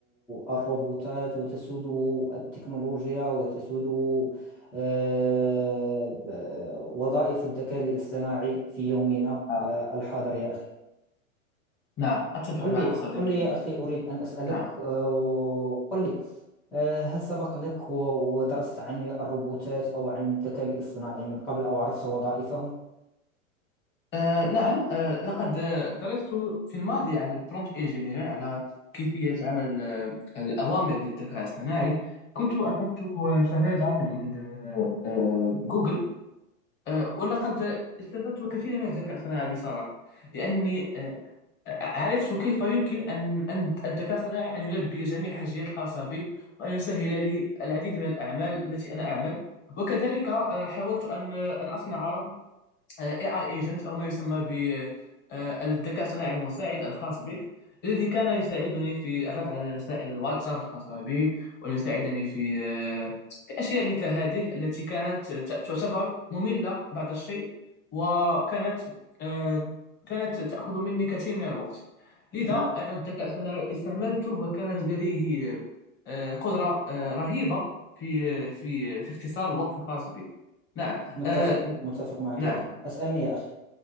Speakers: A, in the centre; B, on the left.
A: الروبوتات وتسوده التكنولوجيا وتسوده آه، آه، وظائف الذكاء الاصطناعي في يومنا
B: آه،
A: آه، الحاضر يا أخي
B: نعم أتفق
A: قل
B: معك
A: لي
B: صديقي
A: قل لي يا أخي أريد أن أسألك
B: نعم
A: آه، قل لي آه، هل سبق لك و- ودرست عن الروبوتات أو عن الذكاء الاصطناعي من قبل أو عرفت وظائفهم؟
B: آه نعم آه لقد آه، درست في الماضي عن البرومبت انجينيرين على كيفية عمل آه الأوامر للذكاء الاصطناعي كنت أخذت آه، شهادة من عند آه آه، جوجل آه ولقد استفدت كثيرا من الذكاء الاصطناعي بصراحة لأني آه عرفت كيف يمكن أن أن الذكاء الاصطناعي أن يلبي جميع الحاجيات الخاصة بي وأن يسهل لي العديد من الأعمال التي أنا أعمل وكذلك آه، حاولت أن آه، أن أصنع AI agent أو ما يسمى بالذكاء الصناعي المساعد الخاص بك الذي كان يساعدني في الرد على رسائل الواتساب الخاصة بي ويساعدني في آه، في أشياء مثل هذه التي كانت ت- تعتبر مملة بعض الشيء وكانت آه، كانت تأخذ مني كثير من الوقت لذا
A: نعم
B: أنا الذكاء الصناعي استعملته وكان لديه آه، قدرة آه، رهيبة في آه، في آه، في اختصار الوقت الخاص بي نعم
A: متفق
B: آه،
A: متفق معك
B: نعم
A: يا أخي أسألني يا أخي